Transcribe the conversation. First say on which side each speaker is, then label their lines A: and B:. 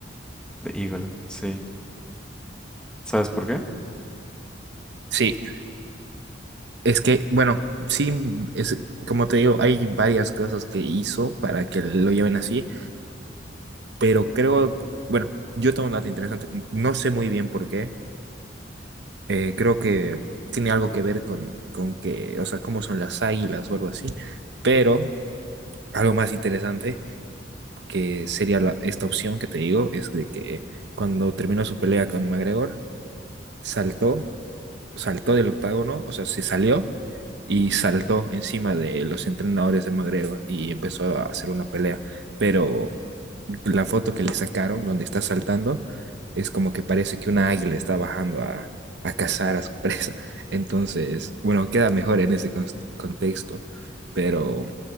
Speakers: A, in the centre; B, on the right.
A: De Eagle. Sí. ¿Sabes por qué?
B: Sí, Es que, bueno, sí, es, como te digo, hay varias cosas que hizo para que lo lleven así, pero creo, bueno, yo tengo un dato interesante, no sé muy bien por qué, eh, creo que tiene algo que ver con, con que, o sea, cómo son las águilas o algo así, pero algo más interesante que sería la- esta opción que te digo es de que cuando terminó su pelea con McGregor, saltó saltó del octágono, o sea, se salió y saltó encima de los entrenadores de McGregor y empezó a hacer una pelea. Pero la foto que le sacaron, donde está saltando, es como que parece que una águila está bajando a, a cazar a su <laughs> presa. Entonces, bueno, queda mejor en ese cons- contexto, pero